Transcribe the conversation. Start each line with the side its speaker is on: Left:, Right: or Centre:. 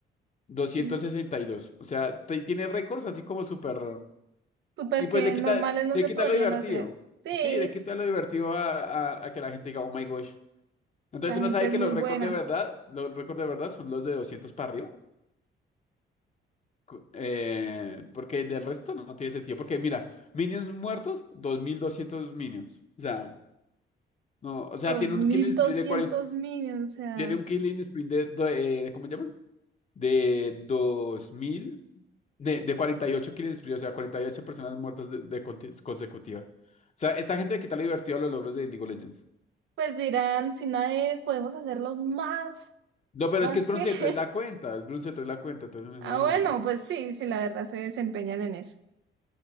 Left: doscientos
Right: mm,
Left: sesenta y dos O sea, te- tiene récords así como súper.
Right: super
Left: Y
Right: que
Left: pues le
Right: normales
Left: quita,
Right: no
Left: le
Right: se
Left: quita
Right: podrían
Left: lo divertido.
Right: hacer. Sí.
Left: Sí, le quita lo divertido a, a- a que la gente diga, oh my gosh. Entonces
Right: Esta
Left: uno
Right: gente
Left: sabe
Right: es
Left: que
Right: muy
Left: los
Right: buena.
Left: récords de verdad, los récords de verdad son los de 200 para arriba. cu- eh, porque del resto no tiene sentido. Porque mira, minions muertos, 2200 minions. o sea No, o sea,
Right: dos
Left: tiene un
Right: mil
Left: killing sprint
Right: doscientos
Left: de 40,
Right: minions, o sea,
Left: tiene un killing sprint de, do- eh, de- ¿cómo se llama? De 2000 de, de 48 killing sprint, o sea, 48 personas muertas de, de conti- consecutivas. O sea, esta gente le quita lo divertido a los logros de League of Legends.
Right: pues dirán, si nadie podemos hacerlos más,
Left: No, pero
Right: más
Left: es que es bronce
Right: que. <laughs>
Left: 3 la cuenta, es bronce 3 la cuenta, entonces uno dice,
Right: Ah,
Left: "Ajá".
Right: bueno, pues sí, sí, la verdad se desempeñan en eso.